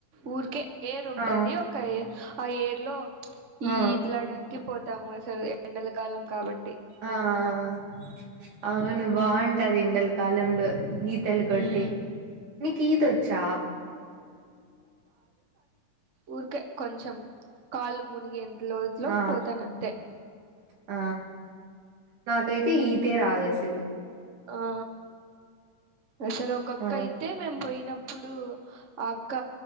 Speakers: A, on the right (about 55°); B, on the right (about 75°).
A: ఊరికే ఎర్ ఉంటది
B: ఆ
A: ఒక ఏర్ ఆ ఏర్లో ఈ
B: ఆ
A: ఇదిలాడానికి పోతాము అసలు ఎండలకాలం కాబట్
B: ఆ ఆ అవును బాగుంటది ఇండల్ కాలంలో ఈతలు కొడితే
A: ఉమ్
B: నీకు ఈత వచ్చా
A: ఊరుకే కొంచెం కాళ్ళు మునుగేఎంత లోజ్ లోకి
B: ఆ
A: పోతానంతే
B: ఆ నాకైతే ఈతే రాదు అసలు
A: ఆ అసలు ఒకక్క
B: ఆ
A: అయితే మేం పోయినప్పుడు డు ఆ అక్క